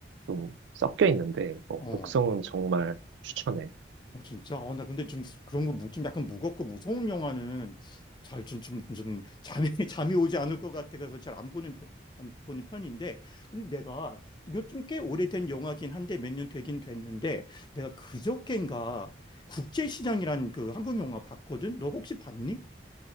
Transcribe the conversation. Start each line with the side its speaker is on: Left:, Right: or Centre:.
Right: 좀 섞여 있는데, 어,
Left: 어,
Right: 곡성은 정말 추천해.
Left: 어, 진짜? 어, 나 근데 좀 그런 거 좀 약간 무겁고 무서운 영화는 잘 좀, 좀, 좀 잠이, <laughs> 잠이 오지 않을 것 같아서 잘 안 보는 편, 안 보는 편인데. 근데 내가 이거 좀 꽤 오래된 영화긴 한데 몇 년 되긴 됐는데 내가 그저껜가 국제시장이란 그 한국 영화 봤거든? 너 혹시 봤니?